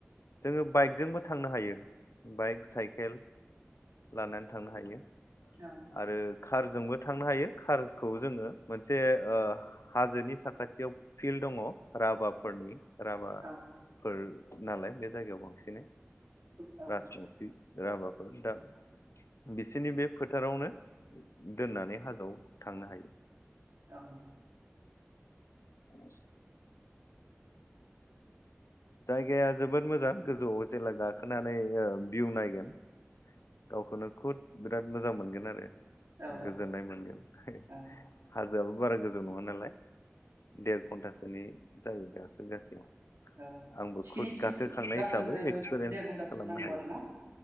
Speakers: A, on the left; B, on the right.
A: जोङो बाइकजोंबो थांनो हायो बाइक साइकेल लानानै थांनो हायो
B: औ
A: आरो खारजोंबो थांनो हायो खारखौ जोङो मोनसे ओ हाजोनि साखाथियाव फिल्ड दङ राभाफोरनि राभाफोर
B: औ
A: नालाय बे जायगायाव बांसिनै
B: औ
A: राजबंसि राभाफोर दा बिसोरनि बे फोथारावनो दोननानै हाजोआव थांनो हायो।
B: ओं <inaudible>
A: <inaudible> जायगाया जोबोद मोजां गोजौआव जेब्ला गाखोनानै ओ भिउ नायगोन गावखौनो खुद बिराद मोजां मोनगोन आरो
B: औ
A: गोजोननाय मोनगोन
B: औ
A: हाजोआबो बारा गोजौ नङा नालाय देर घन्टासो नि जायो गाखोगासेयाव
B: औ
A: आंबो
B: थिखिनिसिम
A: खुद गाखोखांनाय
B: गाखोनो
A: हिसाबै एक्सपिरियेन्स
B: देर घन्टासो
A: खालामनो
B: नांगौ
A: हायो
B: आरो ना